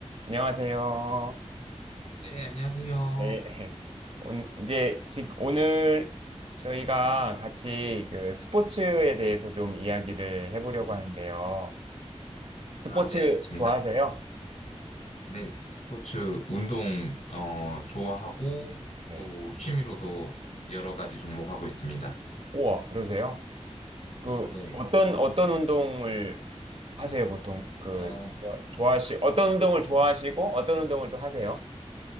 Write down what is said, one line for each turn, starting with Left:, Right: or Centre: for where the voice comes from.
Right: 안녕하세요.
Left: 네, 안녕하세요.
Right: 네. 오늘, 이제, 지, 오늘 저희가 같이 그 스포츠에 대해서 좀 이야기를 해보려고 하는데요. 스포츠
Left: 아, 네, 알겠습니다.
Right: 좋아하세요?
Left: 네, 스포츠, 운동, 어, 좋아하고,
Right: 네.
Left: 또 취미로도 여러 가지 종목하고 있습니다.
Right: 우와, 그러세요? 그,
Left: 네,
Right: 어떤, 어떤 운동을 하세요, 보통? 그,
Left: 어,
Right: 좋아- 좋아하시, 어떤 운동을 좋아하시고, 어떤 운동을 또 하세요?